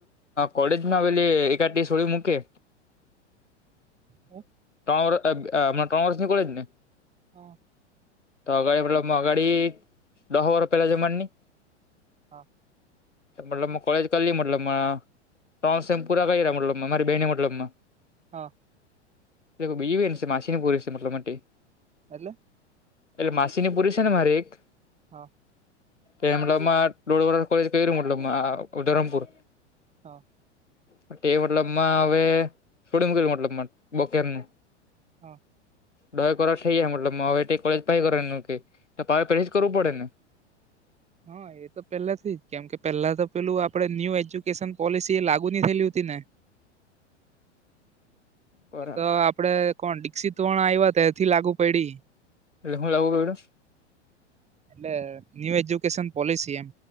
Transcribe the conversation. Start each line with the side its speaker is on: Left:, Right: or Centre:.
Left: કોલેજમાં આવેલી એકા સોળી મૂકે
Right: હું?
Left: ટ અ માર ત્રણ વર્ષની કોલેજ ને
Right: હા
Left: તો અગાડી પલો મ અગાડી દહ વર પહેલા હમાજની
Right: હા
Left: મતલબ મા કોલેજ કલી મતલબમાં, ત્રણ સેમ પુરા કઇરા મતલબમાં, મારી બેને મતલબમાં
Right: હા
Left: એ તો બીજી બેન છે, માશીની પોયરી, મતલબમાં તે
Right: એટલે?
Left: એટલે માસી ની પૂરી છે ને મારી એક
Right: હા
Left: એ મતલબમાં દોઢ વર્ષ કોલેજ કઇરુ મતલબમાં ઓ, ધરમપુર.
Right: હા
Left: ટે મતલબમાં, હવે છોડી મૂકેલું મતલબમાં હવે બુકેમનું
Right: હા
Left: દહેક વરહ થઈ ગયા મતલબમાં, હવે ટે કોલેજ પાહિ કરવાનું કે, તો પાહુ ફરીથી કરવું પડે ને?
Right: હા એ તો પેલેથી જ, કેમ કે પેલા તો પેલું આપડે ન્યુ એજ્યુકેશન પોલિસી એ લાગુ ની થયેલી હતી ને!
Left: બરાબર
Right: તો આપડે કોણ, દીક્ષિત ભણવા આયવો ત્યારથી લાગુ પડી
Left: એટલે હું લાવવું અડ?
Right: એટલે ન્યુ એજ્યુકેશન પોલિસી એમ,